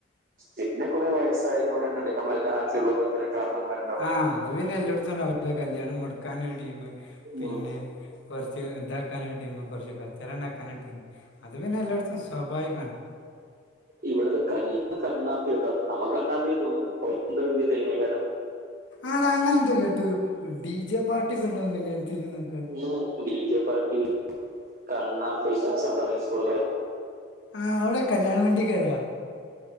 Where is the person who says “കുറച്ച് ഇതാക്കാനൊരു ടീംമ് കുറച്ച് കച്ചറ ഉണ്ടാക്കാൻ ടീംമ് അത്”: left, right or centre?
Left